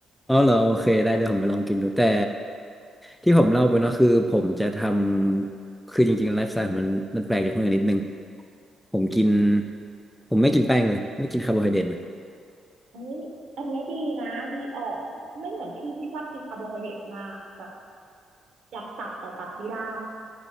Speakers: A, in the centre; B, on the right (about 65°).
A: อ๋อเหรอโอเคได้เดี๋ยวผมไปลองกินดูแต่ที่ผมเล่าไปเนาะคือผมจะทำคือจริงๆไลฟ์สไตล์ผมมันมันแปลกจากคนอื่นนิดนึงผมกินผมไม่กินแป้งเลยไม่กินคาร์โบไฮเดรตเลย
B: เฮ้ยอันเนี้ยดีนะดีออกไม่เหมือนพี่พี่ชอบกินคาร์โบไฮเดรตมากแบบอยากตับแต่ตับไม่ได้